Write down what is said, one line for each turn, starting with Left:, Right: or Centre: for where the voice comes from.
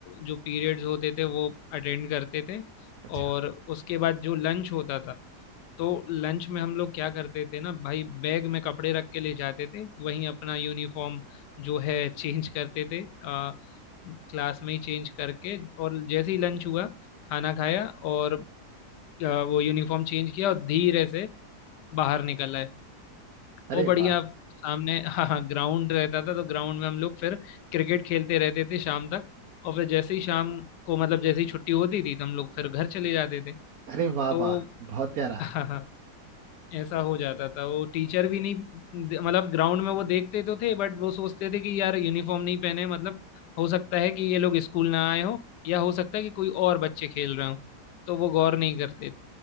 Left: जो पीरियड्स होते थे वो अटेंड करते थे
Right: अच्छा
Left: और उसके बाद जो लंच होता था तो लंच में हम लोग क्या करते थे ना भाई बैग में कपड़े रख के ले जाते थे वहीं अपना यूनिफॉर्म जो है <laughs> चेंज करते थे आ, क्लास में ही चेंज करके और जैसे ही लंच हुआ खाना खाया और आ, वो यूनिफॉर्म चेंज किया और धीरे से बाहर निकल आए
Right: अरे
Left: वो बढ़िया
Right: वाह
Left: सामने हाँ हाँ ग्राउंड रहता था तो ग्राउंड में हम लोग फिर क्रिकेट खेलते रहते थे शाम तक और फिर जैसे ही शाम को मतलब जैसे ही छुट्टी होती थी तो हम लोग फिर घर चले जाते थे
Right: अरे
Left: तो
Right: वाह वाह बहुत प्यारा
Left: हाँ हाँ ऐसा हो जाता था वो टीचर भी नहीं मतलब ग्राउंड में वो देखते तो थे बट वो सोचते थे कि यार यूनिफॉर्म नहीं पहने मतलब हो सकता है कि ये लोग स्कूल ना आए हो या हो सकता है कि कोई और बच्चे खेल रहे हो तो वो गौर नहीं करते